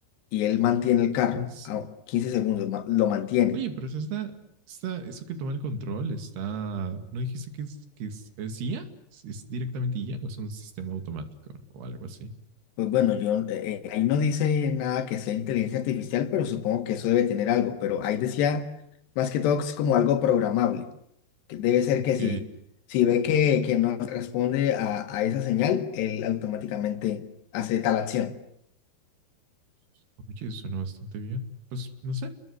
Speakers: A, on the left; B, on the right.
A: y él mantiene el carro.
B: 15.
A: A 15 segundos, ma- lo mantiene.
B: Oye, pero eso está, está, eso que toma el control está, ¿no dijiste que es, que es, es IA? ¿Es, es directamente IA o es un sistema automático ¿no? o algo así?
A: Pues bueno, yo eh, eh, ahí no dice nada que sea inteligencia artificial, pero supongo que eso debe tener algo. Pero ahí decía más que todo que es como algo programable. Que debe ser
B: Ok.
A: que si, si ve que, que no responde a, a esa señal, él automáticamente hace tal acción.
B: Oye, suena bastante bien. Pues no sé.